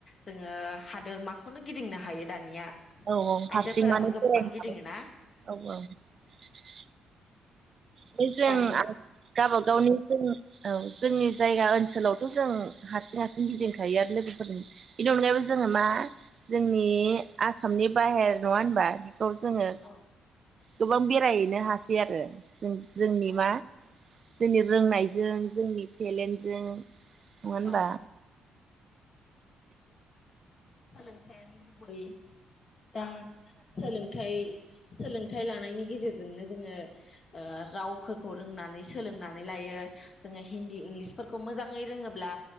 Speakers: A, on the left; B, on the right.
A: जोङो हादोर माखौनो गिदिंनो हायो दानिया।
B: औ औ
A: आइजोफोराबो
B: हारसिं माने
A: गोबां
B: बेरायनो
A: गिदिङोना
B: हाबाय औ औ बे जों
A: गारि मथर
B: आ गावबागावनि जों ओं जोंनि जायगा ओनसोलावथ जों हारसिं हारसिं गिदिंखायो आरो लोगोफोरजों बेनि अनगायैबो जोङो मा जोंनि आसामनि बाहेर नङा होनबा खौ जोङो
A: औ
B: गोबां बेरायहैनो हासै आरो जों जोंनि
A: औ
B: मा जोंनि रोंनायजों जोंनि टेलेन्टजों नङा होनबा
A: औ सोलोंथायानो गुबै दा सोलोंथाइ सोलोंथाइ लानायनि गेजेरजोंनो जोङो ओ रावफोरखौ रोंनानै सोलोंनानै लायो जोङो हिन्दी इंलिसफोरखौ मोजाङै रोङो ब्ला